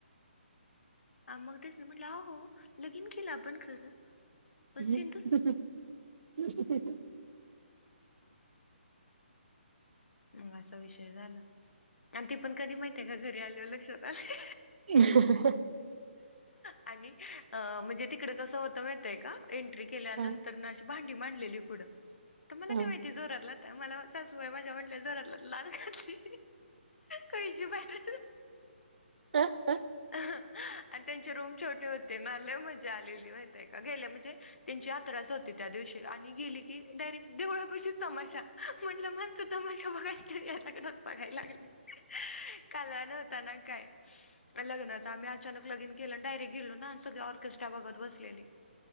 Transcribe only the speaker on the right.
ह..
<inaudible>
हा
हा
ह ह <unintelligible>